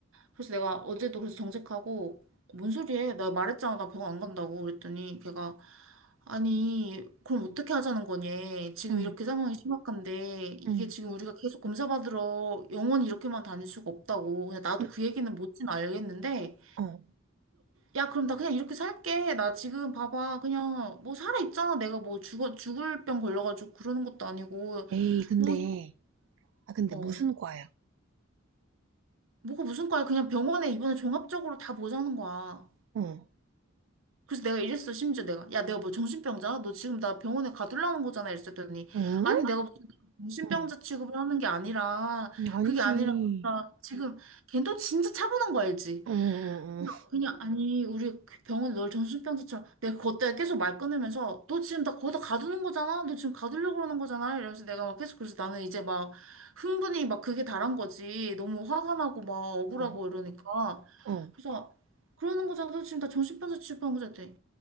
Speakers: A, on the right; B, on the right.
A: 그래서 내가 어제도 그래서 정색하고 뭔 소리해? 내가 말했잖아 나 병원 안 간다고 그랬더니 걔가 아니 그럼 어떻게 하자는 거니? 지금
B: 응.
A: 이렇게 상황이 심각한데 이게
B: 응.
A: 지금 우리가 계속 검사 받으러 영원히 이렇게만 다닐 수가 없다고 근데 나도
B: 그,
A: 그 얘기는 못진 알겠는데
B: 어.
A: 야 그럼 나 그냥 이렇게 살게 나 지금 봐봐 그냥 뭐 살아 있잖아 내가 뭐 죽어 죽을 병 걸려가지고 그러는 것도 아니고
B: 에이, 근데.
A: 뭐
B: 아, 근데
A: 어
B: 무슨 과야?
A: 뭐가 무슨 과야 그냥 병원에 이번에 종합적으로 다 보자는 거야.
B: 어.
A: 그래서 내가 이랬어, 심지어 내가. 야, 내가 뭐 정신병자야? 너 지금 나 병원에 가둘라는 거잖아. 이랬더니.
B: 응?
A: 아니, 내가 무슨 정신병자
B: 응.
A: 취급을 하는 게 아니라,
B: 음, 아니지.
A: 그게 아니라, 우리가 지금, 걔도 진짜 차분한 거 알지?
B: 어. 어.
A: 그래서 그냥, 아니, 우리 병원에 널 정신병자처럼, 내가 그것 때문에 계속 말 끊으면서, 너 지금 나 거기다 가두는 거잖아? 너 지금 가두려고 그러는 거잖아? 이러면서 내가 막 계속, 그래서 나는 이제 막, 흥분이 막 그게 다란 거지. 너무 화가 나고 막 억울하고
B: 어.
A: 이러니까.
B: 어. 어.
A: 그래서, 그러는 거잖아. 너 지금 나 정신병자 취급하는 거잖아.